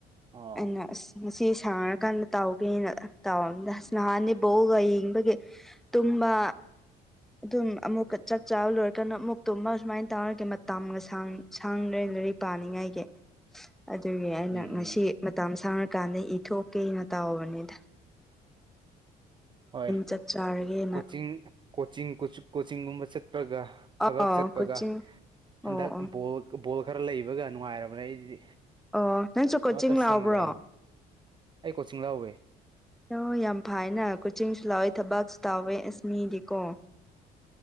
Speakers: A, on the right; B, in the centre.
A: ꯑꯣ
B: ꯑꯩꯅ ꯑꯁ ꯉꯁꯤ ꯁꯥꯟꯅꯔꯀꯥꯟꯗ ꯇꯧꯒꯦꯅ ꯇꯧꯔꯝꯗꯁ ꯅꯍꯥꯟꯅꯤ ꯕꯣꯛꯒ ꯌꯦꯡꯕꯒꯤ ꯇꯨꯕꯥ ꯑꯗꯨ ꯑꯃꯨꯀ ꯆꯥꯛ ꯆꯥꯕ ꯂꯣꯏꯔꯀꯥꯟ ꯑꯃꯨꯛꯇꯨꯃ ꯑꯨꯃꯥꯏꯅ ꯇꯧꯔꯒꯦ ꯃꯇꯝꯒ ꯁꯥꯡꯗꯔꯤꯗꯔꯤ ꯄꯥꯅꯤꯡꯉꯥꯏꯒꯤ
A: <inaudible>
B: ꯑꯗꯨꯒꯤ ꯑꯩꯅ
A: ꯎꯝ
B: ꯉꯁꯤ ꯃꯇꯝ ꯁꯥꯡꯉꯀꯥꯟꯗ ꯏ ꯊꯣꯛꯀꯦꯅ ꯇꯥꯎꯕꯅꯤꯗ
A: ꯍꯣꯏ
B: ꯆꯥꯛ ꯆꯥꯔꯒꯦꯅ
A: ꯀꯣꯆꯤꯡ ꯀꯣꯆꯤꯡ ꯀꯣꯆꯤꯡꯒꯨꯝꯕ ꯆꯠꯄ꯭ꯔꯒ ꯊꯕꯛ
B: ꯑꯥꯎ
A: ꯆꯠꯄꯒ
B: ꯀꯣꯆꯤꯡ
A: ꯍꯟꯗꯛ
B: ꯑꯣ ꯑꯣ
A: ꯕꯣꯜ ꯕꯣꯜ ꯈꯔ ꯂꯩꯕꯒ ꯅꯨꯡꯉꯥꯏꯔꯕꯅꯦ ꯑꯩꯗꯤ
B: ꯑꯣ ꯅꯪꯁꯨ ꯀꯣꯆꯤꯡ
A: ꯑꯃꯠꯇ
B: ꯂꯥꯎꯕ꯭ꯔꯣ
A: ꯁꯪꯗ꯭ꯔꯕ ꯑꯩ ꯀꯣꯆꯤꯡ ꯂꯧꯋꯦ
B: ꯍꯂ ꯌꯥꯝ ꯐꯥꯏꯅ ꯀꯣꯆꯤꯡꯁꯨ ꯂꯥꯛꯋꯦ ꯊꯕꯛꯁꯨ ꯇꯥꯎꯋꯦ ꯑꯦꯁꯃꯤꯗꯤ ꯀꯣ